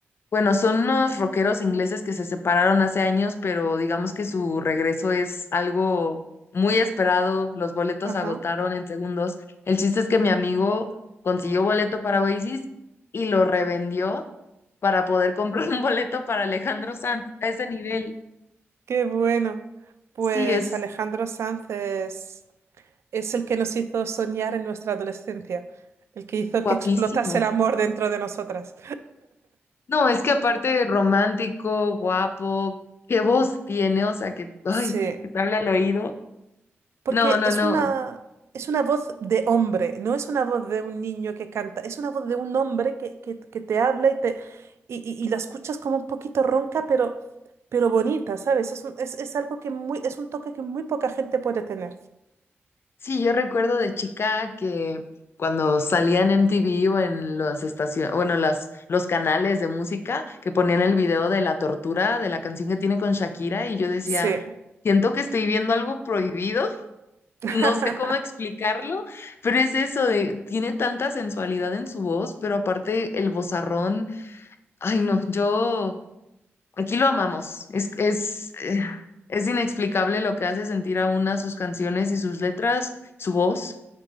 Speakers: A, on the left; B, on the right.
A: Bueno, son unos rockeros ingleses que se separaron hace años, pero digamos que su regreso es algo muy esperado. Los boletos
B: Ajá.
A: se agotaron
B: <laughs>
A: en segundos. El chiste es que mi amigo consiguió boleto para Oasis y lo revendió para poder comprar <laughs> un boleto para Alejandro Sanz a ese nivel.
B: qué bueno. Pues
A: Sí, es
B: Alejandro Sanz es, es el que nos hizo soñar en nuestra adolescencia, el que hizo
A: guapísimo.
B: que explotase el amor dentro de nosotras.
A: No, es que aparte romántico, guapo, qué voz tiene, o sea que, ay,
B: Sí,
A: que te habla al oído.
B: porque
A: No, no,
B: es
A: no.
B: una, es una voz de hombre, no es una voz de un niño que canta, es una voz de un hombre que, que- que te habla y, te, y, y- y la escuchas como un poquito ronca, pero, pero bonita, ¿sabes? Es un- es, es algo que muy, es un toque que muy poca gente puede tener.
A: Sí, yo recuerdo de chica que cuando salía en MTV o en las estaciones, bueno, las, los canales de música que ponían el video de la tortura de la canción que tiene con Shakira y yo decía,
B: Sí,
A: siento que estoy viendo algo prohibido, <laughs>
B: <laughs>
A: no sé cómo explicarlo, pero es eso de, tiene tanta sensualidad en su voz, pero aparte el vozarrón, ay no, yo, aquí lo amamos, es, es, eh, es inexplicable lo que hace sentir a una sus canciones y sus letras, su voz.